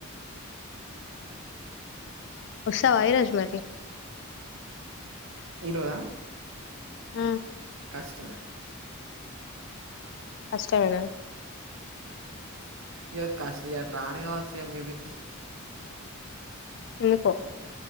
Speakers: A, on the left; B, on the right.
A: ఒస్తవ ఈరోజు మరి
B: ఇరోజా
A: మ్
B: కష్టమే
A: కష్టమేనా
B: ఇగ కాస్ ఇగ అట్ రానుకావచ్చిగ మేబి
A: ఎందుకో